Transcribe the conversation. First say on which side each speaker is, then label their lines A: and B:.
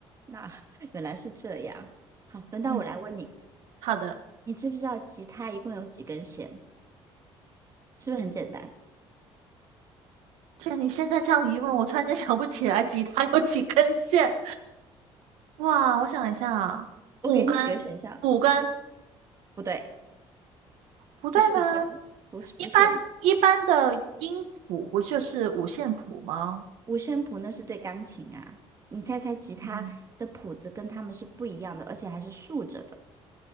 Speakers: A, on the right; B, on the right.
A: 那 <laughs> 原来是这样。好，轮到我来问你，
B: 嗯，好的。
A: 你知不知道吉他一共有几根弦？是不是很简单？
B: 既然你现在这样一问，我突然间想不起来吉他有几根线。哇，我想一下啊，
A: 我给你几个选项。
B: 五根，五根，
A: 不对，
B: 不对吗？
A: 不是五根，不是不是
B: 一般一般的音谱不就是五线谱吗？
A: 五线谱，那是对钢琴啊。你猜猜吉他的谱子跟他们是不一样的，
B: 嗯，
A: 而且还是竖着的，